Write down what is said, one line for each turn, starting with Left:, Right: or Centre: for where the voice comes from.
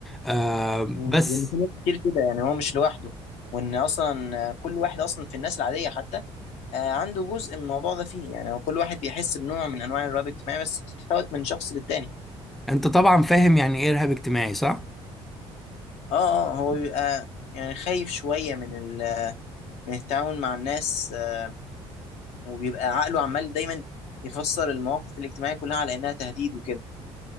Centre: آه
Left: مم.
Centre: بس
Left: لان في ناس كتير كده يعني هو مش لوحده وان اصلا كل واحد اصلا في الناس العاديه حتى آه، عنده جزء من الموضوع ده فيه يعني هو كل واحد بيحس بنوع من انواع الرهاب الاجتماعي بس بتتفاوت من شخص للتاني
Centre: انت طبعا فاهم يعني ايه ارهاب اجتماعي صح
Left: اه اه هو بيبقى يعني خايف شوية من ال... من التعامل مع الناس آه، وبيبقى عقله عمال دايما يفسر المواقف الاجتماعية كلها على انها تهديد وكده